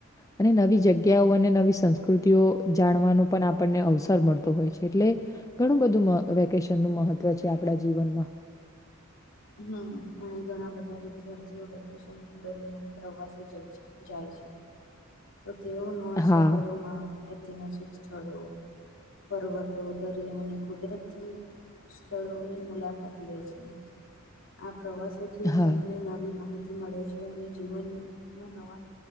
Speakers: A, on the left (about 15°); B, on the left (about 65°).
A: અને નવી જગ્યાઓ અને નવી સંસ્કૃતિઓ જાણવાનો પણ આપણને અવસર મળતો હોય છે એટલે. ઘણું બધું વેકેશન નું મહત્વ છે આપણા જીવનમાં
B: હમ અહીં ઘણા બધા વિદ્યાર્થીઓ વેકેશન દરમિયાન પ્રવાસે જાય છે. જાય છે તો તેઓ નવા
A: હા,
B: શહેરોમાં ઐતિહાસિક સ્થળો. પર્વતો દરિયા અને કુદરતી સ્થળોની મુલાકાત લે છે. આ પ્રવાસોથી
A: હા,
B: તેમને નવી માહિતી. મળે છે અને જીવન ના નવા